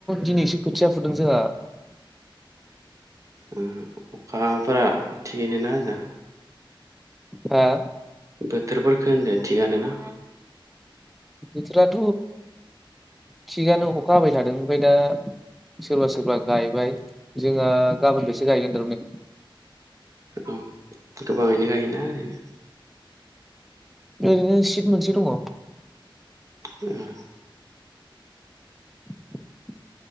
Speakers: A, in the centre; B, on the right.
A: दिनैसो खोथिया फुदों जोंहा।
B: ओ अखाफोरा थिगैनो ना होजों?
A: हा?
B: बोथोरफोरखो होनदो थिगानोना?
A: बोथोराथ' थिगानो अखा हाबाय थादों ओमफाय दा सोरबा-सोरबा गायबाय जोंहा गाबोननिफायसो गायगोन थारमाने।
B: औ गोबाङैनो गायोना ओरैनो?
A: ओरैनो सिट मोनसे दङ।
B: ए।
A: <unintelligible>